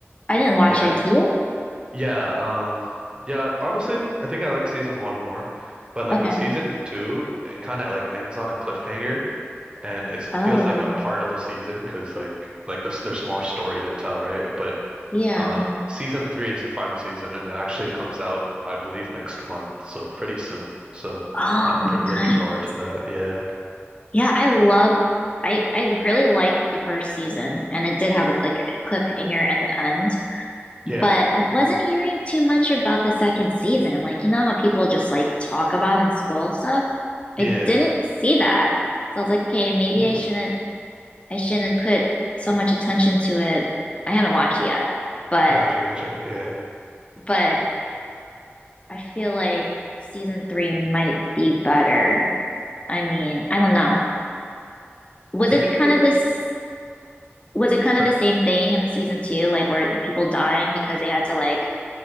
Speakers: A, on the left; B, on the right.
A: I didn't watch
B: Yeah.
A: it. Did you?
B: Yeah, um, yeah, honestly, I think I like season one more. But like
A: Okay.
B: with season two, it kind of like ends on a cliffhanger and it
A: Oh,
B: feels like a part of a season because like like this there's more story to tell, right? But
A: yeah.
B: um season three is the final season and it actually comes out, I believe, next month, so pretty soon. So
A: Oh,
B: I'm pretty
A: nice.
B: looking forward to that. Yeah.
A: Yeah, I love. I I really like the first season, and it did have a click cliffhanger at the end.
B: Yeah.
A: But I wasn't
B: hmm
A: hearing too much about the second season. Like you know how people just like talk about and spoil stuff.
B: Yeah.
A: I didn't see that, so I was like, okay, maybe
B: Mm.
A: I shouldn't. I shouldn't put so much attention to it. I haven't watched it yet, but
B: Gotcha, gotcha. Yeah.
A: but. I feel like season three might be better. I mean, I don't know. Was
B: I
A: it
B: think
A: kind
B: it
A: of this, was it kind
B: sorry.
A: of the same thing in season two? Like, were people dying because they had to like